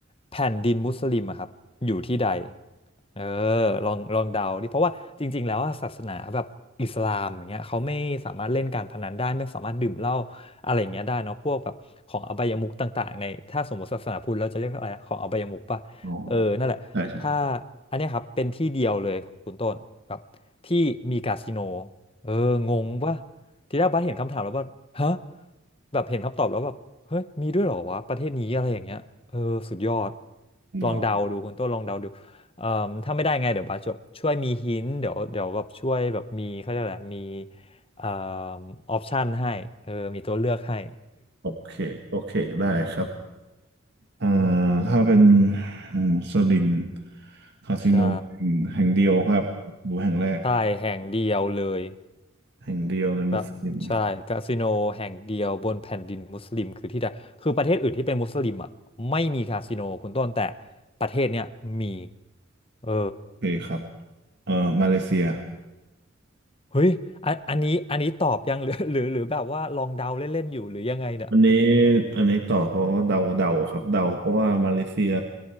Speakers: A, on the left; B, on the right.
A: แผ่นดินมุสลิมอะครับอยู่ที่ใดเออลองลองเดาดิเพราะว่าจริงๆแล้วอะศาสนาแบบอิสลามอย่างเงี้ยเขาไม่สามารถเล่นการพนันได้ไม่สามารถดื่มเหล้าอะไรอย่างเงี้ยได้เนาะพวกแบบของอบายมุขต่างๆในถ้าสมมติศาสนาพุทธเราจะเรียกอะไรนะของอบายมุขป่ะเออนั่นแหละถ้า
B: อ๋อใช่ใช่
A: อันเนี้ยครับเป็นที่เดียวเลยคุณต้นแบบที่มีคาสิโนเอองงป่ะ ทีแรกบัสเห็นคำถามแล้วบัสฮะแบบเห็นคำตอบแล้วแบบเฮ้ยมีด้วยเหรอวะประเทศนี้อะไรอย่างเงี้ยเออสุดยอด
B: เนาะ
A: ลองเดาดูคุณต้นลองเดาดูเอ่อถ้าไม่ได้ไงเดี๋ยวบัสจะช่วยมีหินเดี๋ยวเดี๋ยวแบบช่วยแบบมีเขาเรียกอะไรมีเอ่อออปชันให้เออมีตัวเลือกให้
B: โอเคโอเคได้ครับอ่าถ้าเป็นอืมสลิม
A: <laughs>
B: คาสิโนแห่งแห่งเดียวครับดูแห่งแรก
A: ใช่ใช่แห่งเดียวเลย
B: แห่งเดียวในมุสลิม
A: แบบใช่คาสิโนแห่งเดียวบนแผ่นดินมุสลิมคือที่ใดคือประเทศอื่นที่เป็นมุสลิมอ่ะไม่มีคาสิโนคุณต้นแต่ประเทศเนี้ยมีเออ
B: โอเคครับ เออมาเลเซีย
A: เฮ้ยอันอันนี้อันนี้ตอบยังหรือ <laughs> หรือหรือแบบว่าลองเดาเล่นๆอยู่หรือยังไงเนี่ย
B: อันนี้อันนี้ต่อเพราะเดาเดาครับเดาเพราะว่ามาเลเซีย